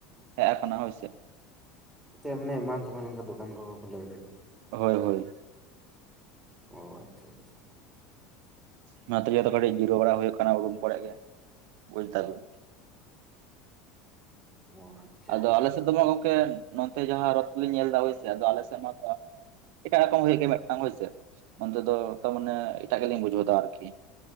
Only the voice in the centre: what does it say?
ᱛᱮ ᱮᱢᱟ ᱮᱢᱟᱱ ᱛᱮᱢᱟᱱ ᱠᱟ ᱫᱚᱠᱟᱱ ᱠᱚᱠᱚ ᱠᱷᱩᱞᱟᱹᱣ ᱠᱟᱫᱟ᱾
ᱚ ᱟᱪᱷᱟ ᱟᱪᱷᱟ
ᱚ ᱟᱪᱪᱷᱟ